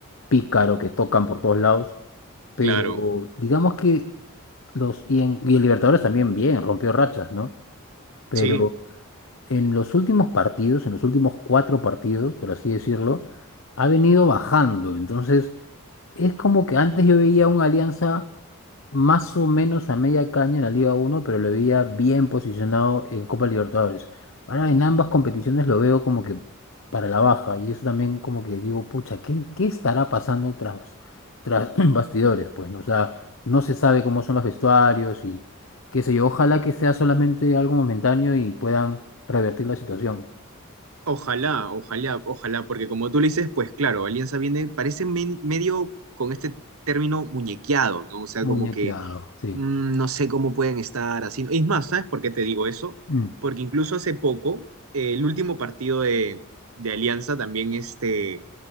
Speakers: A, on the left; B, on the right.
A: pícaro que tocan por todos lados, pero
B: Claro,
A: digamos que los, y en, y en Libertadores también bien, rompió rachas, ¿no? Pero
B: sí.
A: en los últimos partidos, en los últimos cuatro partidos, por así decirlo, ha venido bajando. Entonces, es como que antes yo veía una Alianza más o menos a media caña en la Liga uno pero lo veía bien posicionado en Copa Libertadores. Ahora en ambas competiciones lo veo como que para la baja y eso también como que digo, pucha, ¿qué, qué estará pasando tras, tras <clears throat> bastidores? Pues no, o sea, no se sabe cómo son los vestuarios y qué sé yo, ojalá que sea solamente algo momentáneo y puedan revertir la situación.
B: Ojalá, ojalá, ojalá, porque como tú le dices, pues claro, Alianza viene, parece men- medio con este término muñequeado, ¿no? O sea,
A: Muñequeado,
B: como que
A: sí.
B: mm, no sé cómo pueden estar así. Es más, ¿sabes por qué te digo eso?
A: Mm,
B: Porque incluso hace poco, eh, el último partido de, de Alianza también este,